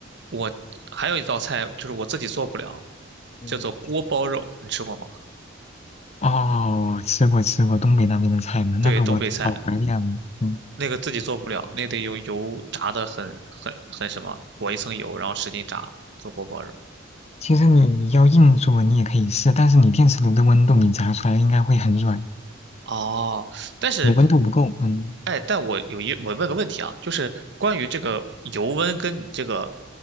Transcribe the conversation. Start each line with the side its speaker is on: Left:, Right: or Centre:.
Right: 我还有一道菜就是我自己做不了，
Left: 嗯
Right: 叫做锅包肉，你吃过吗？
Left: 哦，吃过吃过东北那边的菜嘛，那个我老怀念了。
Right: 对，东北菜
Left: 嗯，
Right: 那个自己做不了，那得用油炸的很很很什么，裹一层油，然后使劲炸做锅包肉。
Left: 其实你要硬做你也可以试，但是你电磁炉的温度你炸出来应该会很软，
Right: 哦，但是
Left: 你温度不够，嗯，
Right: 哎，但我有一我问个问题啊，就是关于这个油温跟你这个